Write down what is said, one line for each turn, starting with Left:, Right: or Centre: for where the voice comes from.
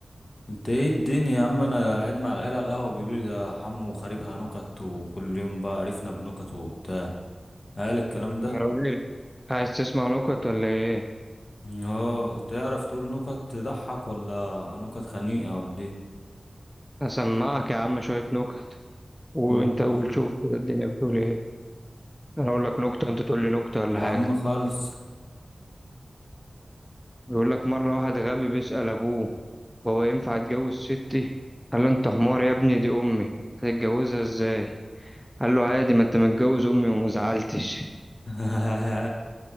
Left: انت ايه الدنيا يا عم انا قاعد مع العيال على القهوة بيقولوا لي ده حمو خاربها نكت وكل يوم بقى عرفنا بنكت وبتاع قال الكلام ده
Centre: يا راجل عايز تسمع نكت ولا ايه
Left: اه تعرف تقول نكت تضحك ولا نكت خنيقة ولا ايه
Centre: اسمعك يا عم شوية نكت وانت
Left: قول يا
Centre: قول
Left: عم
Centre: شوف كده الدنيا بتقول ايه انا اقول لك نكتة انت تقول لي نكتة ولا
Left: يا
Centre: حاجة
Left: عم خالص
Centre: بيقول لك مرة واحد غبي بيسأل ابوه بابا ينفع اتجوز ستي قال له انت حمار يا ابني دي امي هتتجوزها ازاي قال له عادي ما انت متجوز امي وما زعلتش
Left: <laughs>